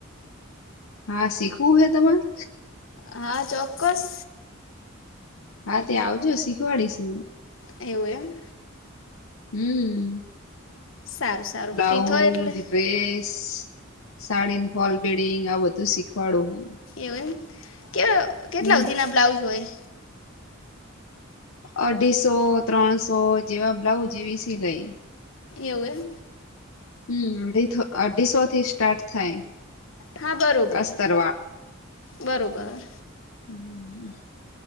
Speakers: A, on the left; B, on the left.
A: હા શીખવું હે તમારે
B: હા ચોક્કસ
A: હા ત્યાં આવજો શીખવાડીશું
B: એવું એમ
A: હમ
B: સારું સારું
A: બ્લાઉઝ
B: ફ્રી થો એટલે
A: ડ્રેસ સાડીને ફોલ ભેડ આ બધું શીખવાડોું
B: એવું એમ કે કેટલા
A: હમ
B: સુધીના બ્લાઉઝ હોય
A: અઢીસો ત્રણસો જેવા બ્લાઉઝ એવી સિલાઈ
B: એવું
A: હમ અઢી અઢીસો થી સ્ટાર્ટ થાય
B: હા બરોબર
A: અસ્તર
B: બરોબર
A: હમ